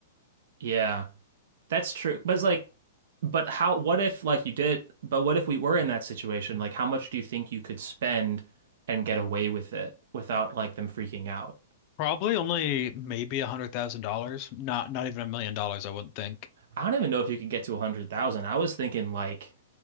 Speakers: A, on the right; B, on the left.
A: yeah. That's true. But it's like, but how? What if like you did? But what if we were in that situation? Like, how much do you think you could spend and get away with it without like them freaking out?
B: Probably only maybe a hundred thousand dollars, not not even a million dollars, I wouldn't think.
A: I don't even know if you could get to 100,000. I was thinking like